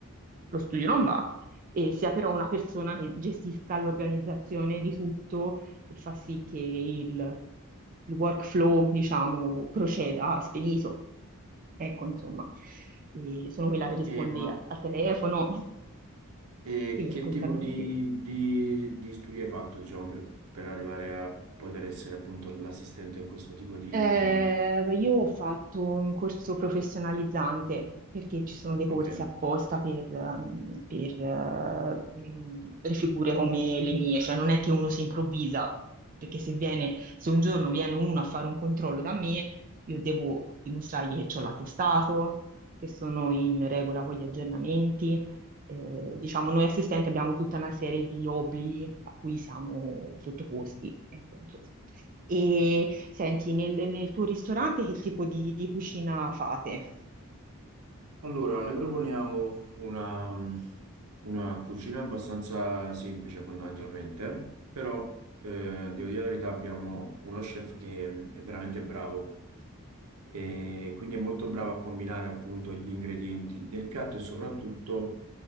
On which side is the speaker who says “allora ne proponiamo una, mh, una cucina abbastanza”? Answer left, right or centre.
Right